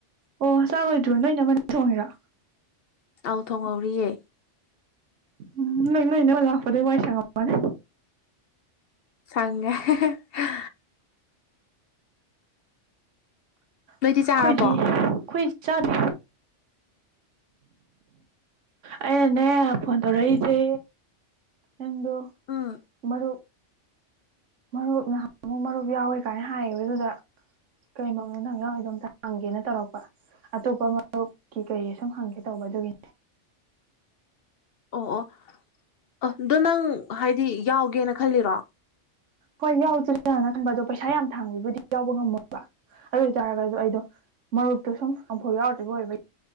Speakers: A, on the right; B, on the left.
A: ꯑꯣ ꯆꯥꯛ ꯂꯣꯢꯗꯔꯤꯕꯣ ꯅꯣꯏ ꯢꯅꯝꯃꯅ ꯊꯣꯡꯉꯤꯔꯣ
B: ꯑꯥꯎ ꯊꯣꯡꯍꯧꯔꯤꯌꯦ
A: ꯎ ꯎꯝ ꯅꯣꯏ ꯅꯣꯏ ꯢ ꯢꯅꯥꯝꯃ ꯂꯥꯛꯄꯗꯩ ꯋꯥꯏ ꯁꯪꯉꯝꯃꯅꯤ
B: ꯁꯪꯉꯦ ꯍꯥꯍꯥ ꯅꯣꯏꯗꯤ
A: ꯑꯩꯈꯣꯏꯗꯤ
B: ꯆꯥꯔꯕꯣ
A: ꯑꯩꯈꯣꯏ ꯆꯥꯗꯦ ꯑꯩꯅꯅꯦ ꯐꯣꯟ ꯇꯧꯔꯛꯏꯖꯦ ꯅꯪꯗꯣ
B: ꯎꯝ
A: ꯃꯔꯨꯞ ꯃꯔꯨꯞ ꯅꯍꯥꯟ ꯑꯃꯨꯛ ꯃꯔꯨꯞ ꯌꯥꯎꯋꯦ ꯀꯥꯏꯅ ꯍꯥꯏꯌꯦꯕ ꯑꯗꯨꯗ ꯀꯩꯩꯅꯣꯃꯦ ꯅꯪ ꯌꯥꯎꯔꯤꯗꯣ ꯑꯝꯇ ꯍꯪꯒꯦꯅ ꯇꯧꯔꯛꯄ ꯑꯇꯣꯞꯄ ꯃꯆꯔꯨꯞꯀꯤ ꯀꯤ ꯀꯩ ꯁꯨꯝ ꯍꯪꯒꯦ ꯇꯧꯕ ꯍꯣ ꯑꯗꯨꯒꯤ
B: ꯑꯣ ꯑꯣ ꯑꯗꯣ ꯅꯪ ꯍꯥꯏꯗꯤ ꯌꯥꯎꯒꯦꯅ ꯈꯜꯂꯤꯔꯣ
A: ꯍꯣꯏ ꯌꯥꯎꯖꯤꯔꯅ ꯈꯟꯕ ꯑꯗꯣ ꯄꯩꯁꯥ ꯌꯥꯝ ꯊꯥꯡꯕꯕꯨꯗꯤ ꯌꯥꯎꯕ ꯉꯝꯃꯣꯏꯕ ꯑꯗꯨ ꯑꯣꯏꯇꯥꯔꯒꯁꯨ ꯑꯩꯗꯣ ꯃꯔꯨꯞꯇꯨ ꯁꯨꯝ ꯑꯃꯐꯥꯎ ꯌꯥꯎꯗꯔꯤꯕ ꯑꯣꯏꯕꯩ